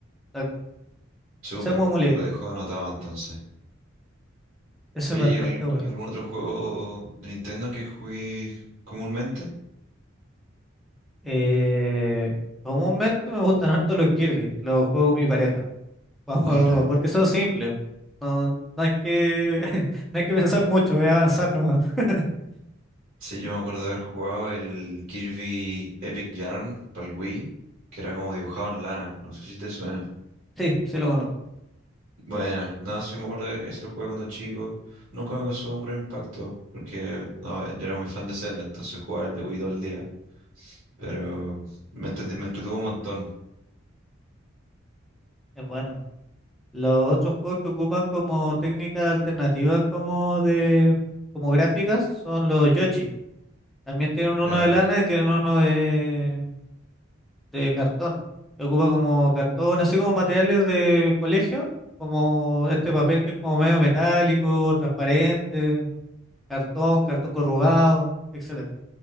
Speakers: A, in the centre; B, on the right (about 45°).
A: tal cual.
B: Súper,
A: CEMU Emulator.
B: me lo dejo anotado entonces.
A: Ese
B: Oye,
A: es bastante
B: ¿y, al-
A: bueno.
B: y algún otro juego de Nintendo que jugué comúnmente?
A: Eh, comúnmente me gustan harto los Kirby, los juego con mi pareja, <laughs>
B: Buena.
A: Vamos, porque son simples, no, no hay que, <laughs> no hay que pensar mucho, es avanzar nomás. <laughs>
B: Sí, yo me acuerdo de haber jugado el Kirby Epic Yarn para el Wii, que era como dibujado en lana. No sé si te suena.
A: Sí, sí lo conozco,
B: Bueno, nada, sí me acuerdo que ese lo jugué cuando chico. Nunca me causó un gran impacto, porque no, yo era muy fan de Zelda, entonces jugaba el de Wii todo el día. Pero me, entrete- me entretuvo un montón,
A: es bueno. Los otros juegos que ocupan como técnicas alternativas como de, como gráficas son los Yoshi. También tienen uno
B: claro.
A: de lana y tienen uno de, de cartón, que ocupa como cartón, así como materiales de colegio, como este papel que es como medio metálico, transparente, cartón, cartón corrugado, etcétera.